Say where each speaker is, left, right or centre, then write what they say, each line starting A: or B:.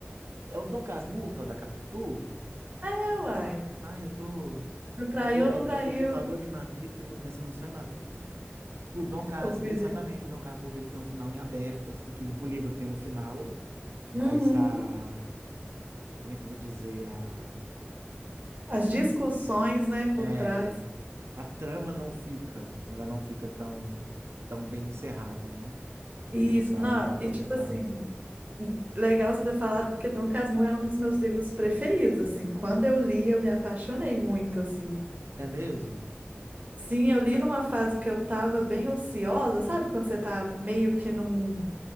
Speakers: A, on the right; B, on the right.
A: É o Dom Casmurro que é o da Capitu?
B: É, uai.
A: Ah, eu tô.
B: Não Traiu
A: É que é,
B: ou não traiu?
A: é porque falou de Matrix, eu tô pensando só em Matrix. O Dom Cas,
B: Confundiu.
A: exatamente, o Dom Casmurro, ele tem um final em aberto, assim, que o livro tem um final, mas
B: Uhum.
A: a, como é que eu vou dizer, a,
B: As discussões, né, por
A: é,
B: trás.
A: a trama não fica, ela não fica tão, tão bem encerrada, né? A gente
B: Isso,
A: não sabe
B: não,
A: qual
B: e
A: que é o
B: tipo
A: final.
B: assim, legal você ter falado, porque Dom Casmurro é um dos meus livros preferidos, assim, quando eu li, eu me apaixonei muito, assim.
A: É mesmo?
B: Sim, eu li numa fase que eu tava bem ociosa, sabe? Quando você tá meio que num...